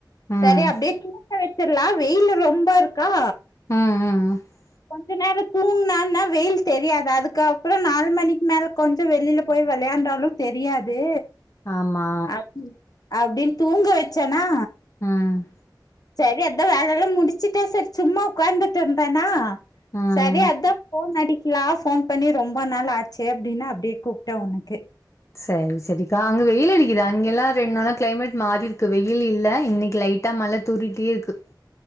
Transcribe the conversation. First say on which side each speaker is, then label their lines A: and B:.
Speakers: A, on the left; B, on the left.
A: ம்
B: செரி அப்டியே தூங்க வச்சிடலா வெயில் ரொம்ப இருக்கா
A: ம் ம் ம்
B: கொஞ்ச நேரோ தூங்கனான்னா வெயில் தெரியாது அதுக்கப்பறோ நாலு மணிக்கு மேல கொஞ்சோ வெளியில போய் வெளையாண்டாலு தெரியாது
A: ஆம்மா
B: அப்டி அப்டின்னு தூங்க வச்சேனா
A: ம்
B: செரி அதா வேலயெல்லா முடிச்சுட்ட செரி சும்மா உட்காந்துட்டு இருந்தேனா
A: ம்
B: செரி அதா ஃபோன் அடி நா ஃபோன் பண்ணி ரொம்ப நாள் ஆச்சு அப்டின்னா அப்டியே கூப்ட்டே உனக்கு
A: செரி செரிக்கா அங்க வெயில் அடிக் இது அங்கெல்லா ரெண்டு நாளா கிளைமேட் மாறி இருக்கு வெயில் இல்ல இன்னைக்கு லைட்டா மழ தூறிட்டே இருக்கு